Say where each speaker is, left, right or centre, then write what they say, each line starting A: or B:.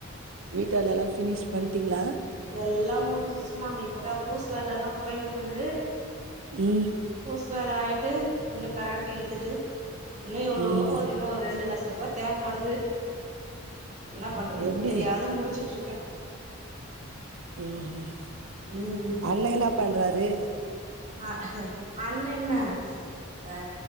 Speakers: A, on the right (about 75°); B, on the right (about 35°).
A: வீட்டு வேலை எல்லா ஃபினிஷ் பண்ட்டிங்ளா
B: எல்லா முடிஞ்சிச்சுமா இப்பதா பூசு வேல எல்லா போயினுக்குது
A: ம்
B: பூ சு வேல ஆயிட்டு இன்னு கரண்ட் இழுத்துட்டு இன்னு எவ்வளவோ
A: ம்
B: போது இன்னு ஒரு ரெண்டு லட்சரு வா தேவப்படுது என்ன பண்றதுன்
A: எப்டி
B: தெரியாத முழிச்சுட்ருக்க
A: ம்
B: ம்
A: அண்ண என்ன பண்றாரு
B: அ அண்ண என்ன அ